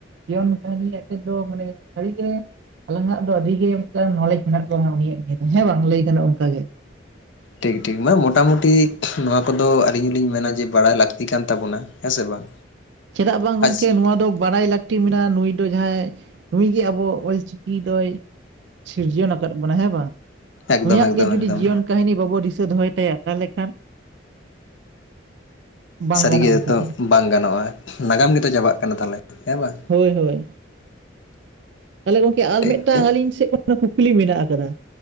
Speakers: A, on the right; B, on the left.
A: ᱡᱤᱭᱚᱱ ᱠᱟᱹᱦᱱᱤ ᱟᱛᱮ ᱫᱚ ᱢᱟᱱᱮ ᱥᱟᱹᱨᱤᱜᱮ ᱟᱞᱟᱝᱟᱜ ᱫᱚ ᱟᱹᱰᱤ ᱜᱮ ᱢᱤᱫᱴᱟᱝ ᱱᱚᱞᱮᱡᱽ ᱢᱮᱱᱟᱜ ᱛᱟᱞᱟᱝᱟ ᱩᱱᱤᱭᱟᱜ ᱱᱤᱭᱮ ᱫᱚ ᱦᱮᱸ ᱵᱟᱝ ᱞᱟᱹᱭ ᱜᱟᱱᱚᱜ ᱚᱱᱠᱟ ᱜᱮ᱾
B: ᱴᱷᱤᱠ ᱴᱷᱤᱠ ᱢᱟᱱᱮ ᱢᱚᱴᱟ ᱢᱩᱴᱤ ᱱᱚᱣᱟ ᱠᱚ ᱫᱚ ᱟᱹᱞᱤᱧ ᱦᱚᱸᱞᱤᱧ ᱢᱮᱱᱟ ᱡᱮ ᱵᱟᱲᱟᱭ ᱞᱟᱹᱠᱛᱤ ᱠᱟᱱ ᱛᱟᱵᱚᱱᱟ᱾ ᱦᱮᱸ ᱥᱮ ᱵᱟᱝ?
A: ᱪᱮᱫᱟᱜ ᱵᱟᱝ
B: ᱟᱪᱪᱷᱟ
A: ᱜᱚᱢᱠᱮ ᱱᱚᱣᱟ ᱫᱚ ᱵᱟᱲᱟᱭ ᱞᱟᱹᱠ ᱢᱮᱱᱟᱜᱼᱟ ᱱᱩᱭ ᱫᱚ ᱡᱟᱦᱟᱸᱭ ᱱᱩᱭ ᱜᱮ ᱟᱵᱚ ᱚᱞ ᱪᱤᱠᱤ ᱫᱚᱭ ᱥᱤᱨᱡᱚᱱ ᱟᱠᱟᱫ ᱵᱚᱱᱟ᱾ ᱵᱚᱱᱟ ᱦᱮᱸ ᱵᱟᱝ
B: ᱮᱠᱫᱚᱢ
A: ᱱᱩᱭᱟᱜ
B: ᱮᱠᱫᱚᱢ
A: ᱜᱮ ᱡᱩᱫᱤ
B: ᱮᱠᱫᱚᱢ
A: ᱡᱤᱭᱚᱱ ᱠᱟᱦᱤᱱᱤ ᱵᱟᱵᱚᱱ ᱫᱤᱥᱟᱹ ᱫᱚᱦᱚᱭ ᱛᱟᱭᱟ ᱛᱟᱦᱞᱮ ᱠᱷᱟᱱ, ᱵᱟᱝ
B: ᱥᱟᱹᱨᱤᱜᱮ
A: ᱜᱟᱱᱚᱜᱼᱟ ᱚᱱᱠᱟ
B: ᱛᱚ
A: ᱫᱚ
B: ᱵᱟᱝ ᱜᱟᱱᱚᱜᱼᱟ ᱱᱟᱜᱟᱢ ᱜᱮᱛᱚ ᱪᱟᱵᱟᱜ ᱠᱟᱱᱟ ᱛᱟᱦᱚᱞᱮ ᱦᱮᱸ ᱵᱟᱝ?
A: ᱦᱳᱭ ᱦᱳᱭ, ᱛᱟᱦᱚᱞᱮ ᱜᱚᱝᱠᱮ ᱟᱨ
B: ᱴᱷᱤᱠ
A: ᱢᱤᱫᱴᱟᱝ
B: ᱜᱮ,
A: ᱟᱹᱞᱤᱧ ᱥᱮᱫ ᱠᱷᱚᱱ ᱠᱩᱠᱞᱤ ᱢᱮᱱᱟᱜ ᱟᱠᱟᱫᱟ᱾